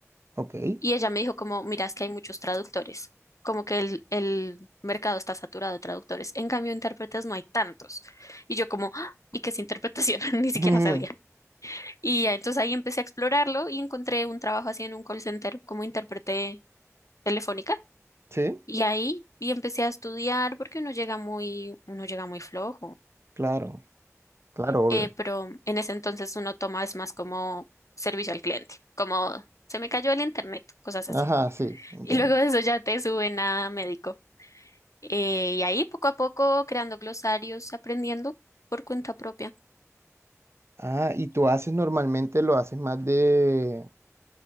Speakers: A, on the right; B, on the left.
A: Ok. <laughs>
B: y ella me dijo como, mira, es que hay muchos traductores, como que el, el mercado está saturado de traductores, en cambio intérpretes no hay tantos. Y yo como, "Ah, ¿y qué es interpretación? <laughs> Ni siquiera
A: Ujú.
B: sabía. Y ya, entonces ahí empecé a explorarlo y encontré un trabajo así en un call center como intérprete telefónica.
A: Sí,
B: Y ahí y empecé a estudiar porque uno llega muy, uno llega muy flojo.
A: claro, claro, obvio.
B: eh, pero en ese entonces uno toma es más como servicio al cliente, como se me cayó el internet, cosas
A: Ajá,
B: así.
A: sí, entiendo.
B: Y luego de eso ya te suben a médico. Eh, y ahí poco a poco creando glosarios, aprendiendo por cuenta propia.
A: Ah, ¿y tú haces normalmente, lo haces más de,